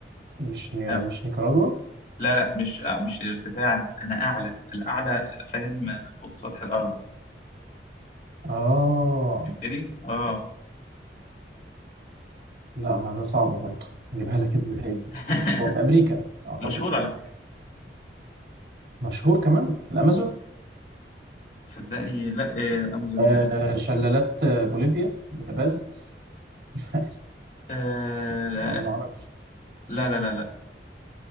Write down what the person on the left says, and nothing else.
أنا-
لا لا مش آه، مش ارتفاعا انا اعلى الاعلى فاهم آه، فوق سطح الارض
فهمتني اه
<laughs>
مشهور على فكره
صدقني لا آه، امازون
زي لا
آه، لا
لا لا لا لا.